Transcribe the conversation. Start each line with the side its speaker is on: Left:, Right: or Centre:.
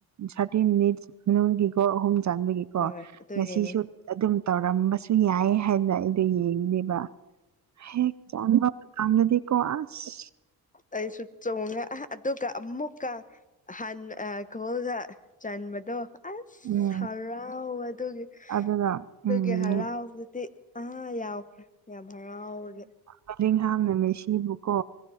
Right: ꯊꯥꯔꯇꯤ ꯃꯤꯅꯤꯠꯁ ꯃꯅꯨꯡꯒꯤꯀꯣ ꯑꯍꯨꯝ ꯆꯥꯟꯕꯒꯤꯀꯣ
Left: ꯍꯣꯏ ꯑꯗꯨꯒꯤꯅꯤ
Right: ꯉꯁꯤꯁꯨ ꯑꯗꯨꯝ ꯇꯧꯔꯝꯕꯁꯨ ꯌꯥꯏ ꯍꯥꯏꯅ ꯑꯩꯗꯣ ꯌꯦꯡꯕꯅꯦꯕ ꯍꯦꯛ ꯆꯪꯕ ꯉꯝꯃꯗꯤꯀꯣ ꯑꯁ
Left: ꯑꯩꯁꯨ ꯆꯣꯡꯉꯦ ꯑꯗꯨꯒ ꯑꯃꯨꯛ ꯀ ꯍꯟ ꯑ ꯀꯣꯜꯒ ꯆꯟꯕꯗꯣ ꯑꯁ
Right: ꯎꯝ
Left: ꯍꯔꯥꯎ ꯑꯗꯨꯒꯤ
Right: ꯑꯗꯨꯒ
Left: ꯑꯗꯨꯒꯤ
Right: ꯎꯝ
Left: ꯍꯔꯥꯎꯕꯗꯤ ꯑ ꯌꯥꯎꯈ꯭ꯔꯦ ꯌꯥꯝ ꯍꯔꯥꯎꯋꯒꯦ
Right: ꯕꯦꯜꯂꯤꯡꯒꯝꯅ ꯃꯦꯁꯤ ꯕꯨꯀꯣ